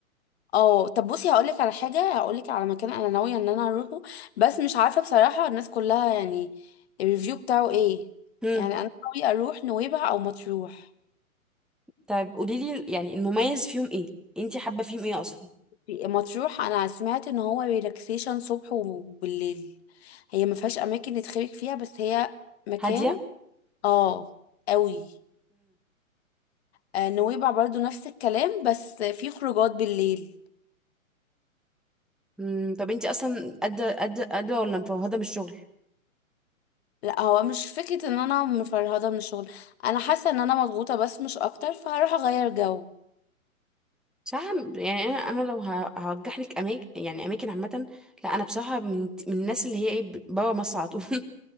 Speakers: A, on the left; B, in the centre.
A: اه طب بصي هقولك على حاجة هقولك على مكان انا ناوية ان انا اروحه بس مش عارفة بصراحة الناس كلها يعني الريفيو بتاعه ايه
B: امم
A: يعني انا ناوية اروح نويبع او مطروح
B: طيب قولي لي يعني المميز فيهم ايه انت حابه فيهم ايه اصلا
A: مطروح انا سمعت ان هو ريلاكسيشن صبح وبالليل هي ما فيهاش اماكن نتخرج فيها بس هي مكان
B: هاديه
A: اه قوي آه، نويبع برضو نفس الكلام بس في خروجات بالليل
B: مم، طب انتي اصلا قادره قادره قادره ولا مفوهده من الشغل
A: لا هو مش فكرة ان انا مفرهدة من الشغل انا حاسة ان انا مضغوطة بس مش اكتر فهروح اغير جو
B: صح يعني انا انا لو ه- هرجح لك اماكن يعني اماكن عامه لا انا بصراحه من, من الناس اللي هي ايه بره مصر على طول <laughs>